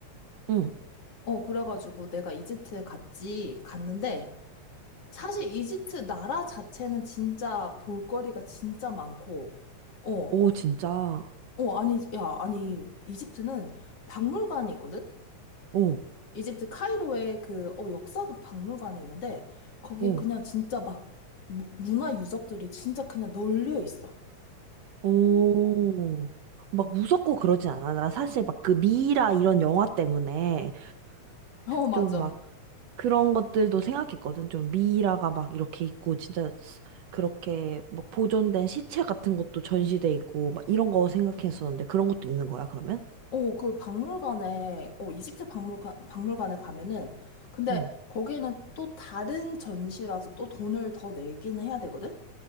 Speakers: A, on the right (about 70°); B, on the left (about 55°).
A: 응.
B: 어, 그래가지고 내가 이집트에 갔지, 갔는데, 사실 이집트 나라 자체는 진짜 볼거리가 진짜 많고, 어,
A: 오, 진짜.
B: 어, 아니, 야, 아니, 이집트는 박물관이 있거든?
A: 오,
B: 이집트 카이로에 그, 어, 역사 박물관이 있는데, 거기
A: 오.
B: 그냥 진짜 막 무- 문화 유적들이 진짜 그냥 널려 있어.
A: 오, 막 무섭고 그러진 않아. 나 사실 막 그 미이라 이런 영화 때문에
B: 어, 맞아.
A: 좀 막 그런 것들도 생각했거든. 좀 미이라가 막 이렇게 있고 진짜 스- 그렇게 막 보존된 시체 같은 것도 전시돼 있고 막 이런 거 생각했었는데 그런 것도 있는 거야, 그러면?
B: 어, 그 박물관에, 어, 이집트 박물관, 박물관에 가면은, 근데
A: 응,
B: 거기는 또 다른 전시라서 또 돈을 더 내기는 해야 되거든?